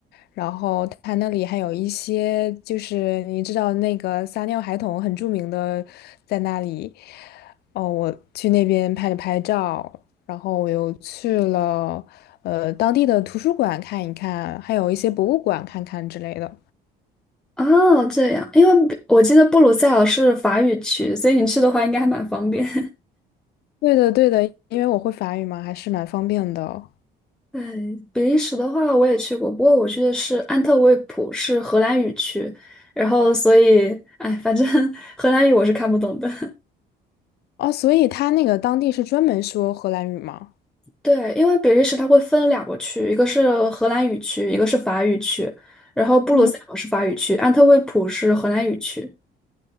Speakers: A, on the left (about 70°); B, in the centre.
A: 然后他那里还有一些就是你知道那个撒尿孩童很著名的在那里，哦，我去那边拍了拍照，然后我又去了。呃当地的图书馆看一看，还有一些博物馆看看之类的。
B: 哦，这样，因为比我记得布鲁塞尔是法语区，所以你去的话应该还蛮方便。<laughs>
A: 对的，对的，因为我会法语嘛，还是蛮方便的。
B: 对，比利时的话我也去过，不过我去的是安特卫普，是荷兰语区，然后所以，哎，反正 <laughs> 荷兰语我是看不懂的。
A: 哦，所以他那个当地是专门说荷兰语吗？
B: 对，因为比利时它会分两个区，一个是荷兰语区，一个是法语区，然后布鲁塞尔是法语区，
A: 嗯，
B: 安特卫普是荷兰语区。